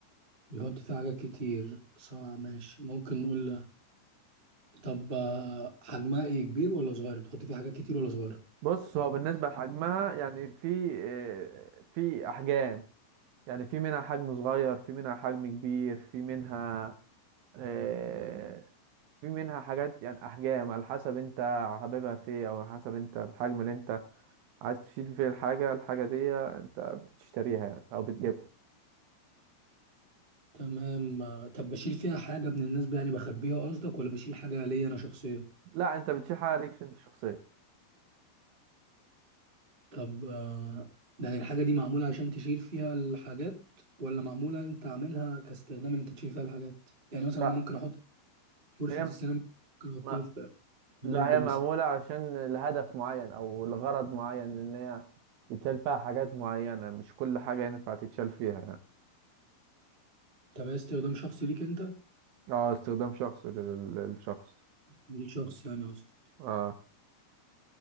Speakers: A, on the right (about 15°); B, on the right (about 70°).
A: بيحط فيها حاجات كتير صح ماشي ممكن نقول طب آه، حجمها ايه كبير ولا صغير بتحط فيها حاجات كتير ولا صغيرة
B: بص هو بالنسبة لحجمها يعني في آه، في أحجام يعني في منها حجم صغير في منها حجم كبير في منها آه، في منها حاجات يعني أحجام على حسب أنت حاببها فيه أو على حسب أنت الحجم اللي أنت عايز تشيل فيه الحاجة الحاجة دي أنت بتشتريها يعني أو بتجيبها
A: تمام آه، طب بشيل فيها حاجة من الناس يعني بخبيها قصدك ولا بشيل حاجة ليا انا شخصيا
B: لا انت بتشيح عليها ليكش انت شخصيا
A: طب آه، يعني الحاجة دي معمولة عشان تشيل فيها الحاجات ولا معمولة انت عاملها كاستخدام ان انت تشيل فيها الحاجات يعني مثلا
B: لا
A: انا ممكن احط فرشة
B: هي
A: السيراميك ممكن احطها
B: ما
A: في في
B: لا
A: مج
B: هي
A: مثلا
B: معمولة عشان لهدف معين او لغرض معين ان هي يتشال فيها حاجات معينة مش كل حاجة ينفع تتشال فيها يعني
A: طب هي استخدام شخصي ليك انت
B: اه استخدام شخصي لل- للشخص
A: للشخص يعني قصدي
B: اه